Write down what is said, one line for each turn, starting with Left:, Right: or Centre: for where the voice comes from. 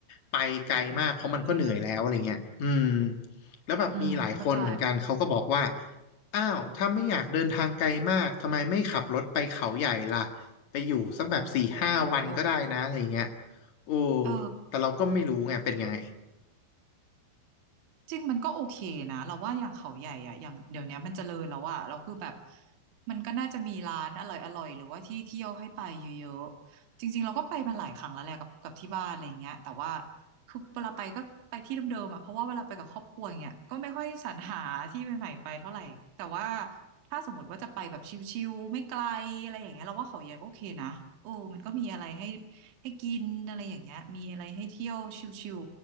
Left: ไปไกลมากเพราะมันก็เหนื่อยแล้วอะไรเงี้ยอืม
Right: อืม
Left: แล้วแบบมีหลายคนเหมือนกันเขาก็บอกว่า
Right: อืมเข้าใจ
Left: อ้าวถ้าไม่อยากเดินทางไกลมากทำไมไม่ขับรถไปเขาใหญ่ล่ะไปอยู่สักแบบสี่ห้าวันก็ได้นะอะไรเงี้ย
Right: โอ้
Left: โอ้
Right: เออ
Left: แต่เราก็ไม่รู้ไงเป็นยังไง
Right: จริงมันก็โอเคนะเราว่าอย่างเขาใหญ่อะอย่างเดี๋ยวเนี้ยมันเจริญแล้วอะเราคือแบบมันก็น่าจะมีร้านอร่อยอร่อยหรือว่าที่เที่ยวให้ไปเยอะๆจริงๆเราก็ไปมาหลายครั้งแล้วแหละกับกับที่บ้านอะไรเงี้ยแต่ว่าคือเวลาไปก็ไปที่เดิมๆอะเพราะว่าเวลาไปกับครอบครัวอย่างเงี้ยก็ไม่ค่อยสรรหาที่ใหม่ๆไปเท่าไหร่แต่ว่าถ้าสมมติว่าจะไปแบบชิลๆไม่ไกลอะไรอย่างเงี้ยเราว่าเขาใหญ่ก็โอเคนะโอ้มันก็มีอะไรให้ ให้กินอะไรอย่างเงี้ยมีอะไรให้เที่ยวชิว